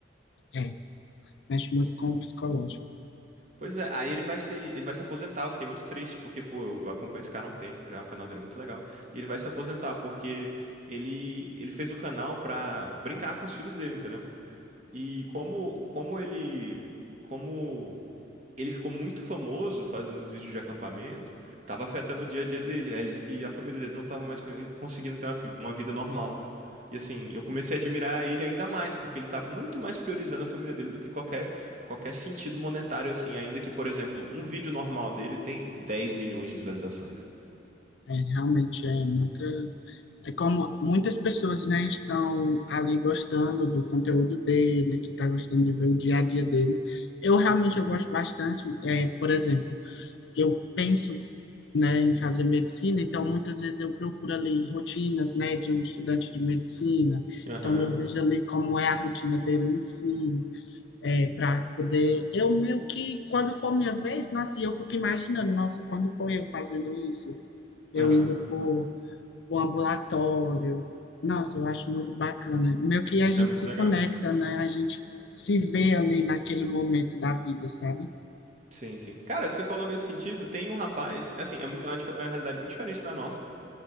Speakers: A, on the left; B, on the right.
A: É, mexe muito com o psicológico.
B: Pois é, aí ele vai se, ele vai se aposentar. Eu fiquei muito triste, porque, pô, eu acompanho esse cara há um tempo já, o canal dele é muito legal. E ele vai se aposentar, porque ele, ele fez o canal pra brincar com os filhos dele, entendeu? E como, como ele, como ele ficou muito famoso fazendo os vídeos de acampamento, tava afetando o dia a dia dele. Aí ele disse que a família dele não tava mais co- conseguindo ter uma, fi- uma vida normal. E assim, eu comecei a admirar ele ainda mais, porque ele tá muito mais priorizando a família dele do que qualquer, qualquer sentido monetário, assim. Ainda que, por exemplo, um vídeo normal dele tem 10 milhões de visualizações.
A: É, realmente é muita é como muitas pessoas, né, estão ali gostando do conteúdo dele, que está gostando de ver o dia a dia dele. Eu realmente eu gosto bastante, é, por exemplo, eu penso, né, em fazer medicina, então muitas vezes eu procuro ali rotinas, né, de um estudante de medicina.
B: Aham,
A: Então eu vejo ali como é a rotina dele em si, é, para poder. Eu meio que, quando for minha vez, nossa, e eu fico imaginando, nossa, quando foi eu fazendo isso? Eu
B: aham.
A: indo pro, pro ambulatório. Nossa, eu acho muito bacana. Meio que a gente
B: É muito
A: se
B: legal.
A: conecta, né? A gente se vê ali naquele momento da vida, sabe?
B: Sim, sim. Cara, você falou nesse sentido, tem um rapaz, assim, é mu- é uma dif- é uma realidade muito diferente da nossa.